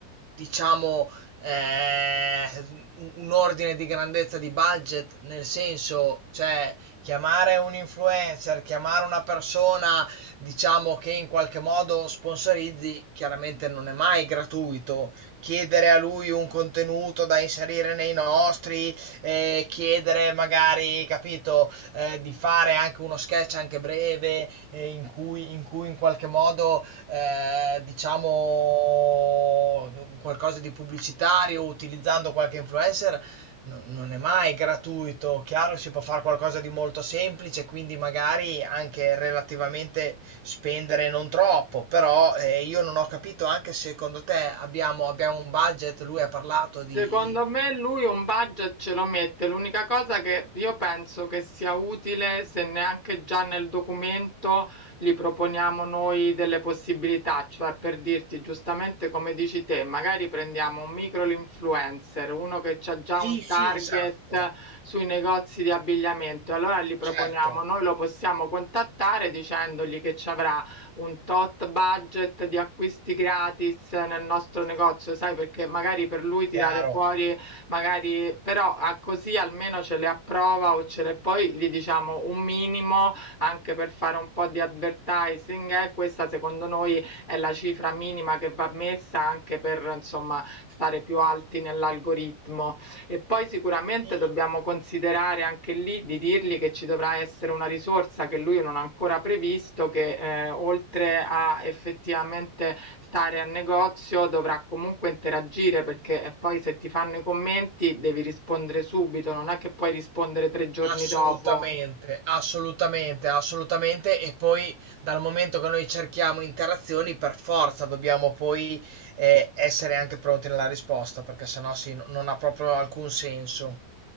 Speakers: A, on the right (about 65°); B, on the left (about 20°).
A: diciamo, eh, un un ordine di grandezza di budget, nel senso, cioè, chiamare un influencer, chiamare una persona, diciamo, che in qualche modo sponsorizzi, chiaramente non è mai gratuito chiedere a lui un contenuto da inserire nei nostri, eh, chiedere magari, capito, eh, di fare anche uno sketch anche breve eh, in cui, in cui in qualche modo eh, diciamo qualcosa di pubblicitario utilizzando qualche influencer no- non è mai gratuito. Chiaro, si può fare qualcosa di molto semplice, quindi magari anche relativamente spendere non troppo, però eh, io non ho capito anche se secondo te abbiamo, abbiamo un budget, lui ha parlato
B: Secondo
A: di...
B: me lui un budget ce lo mette, l'unica cosa che io penso che sia utile se neanche già nel documento gli proponiamo noi delle possibilità, cioè per dirti giustamente come dici te, magari prendiamo un micro influencer, uno che ha già
A: Sì,
B: un
A: sì,
B: target
A: esatto,
B: sui negozi di abbigliamento, allora gli proponiamo,
A: certo,
B: noi lo possiamo contattare dicendogli che ci avrà un tot budget di acquisti gratis nel nostro negozio, sai, perché magari per lui tirare
A: chiaro.
B: fuori, magari, però a così almeno ce le approva o ce le poi gli diciamo un minimo anche per fare un po' di advertising. Eh, questa secondo noi è la cifra minima che va messa anche per insomma stare più alti nell'algoritmo. E poi sicuramente
A: I-
B: dobbiamo considerare anche lì di dirgli che ci dovrà essere una risorsa che lui non ha ancora previsto, che eh, oltre a effettivamente stare a negozio dovrà comunque interagire perché eh, poi se ti fanno i commenti devi rispondere subito, non è che puoi rispondere tre giorni
A: Assolutamente,
B: dopo.
A: assolutamente, assolutamente. E poi dal momento che noi cerchiamo interazioni, per forza dobbiamo poi eh, essere anche pronti nella risposta, perché sennò sì, no- non ha proprio alcun senso.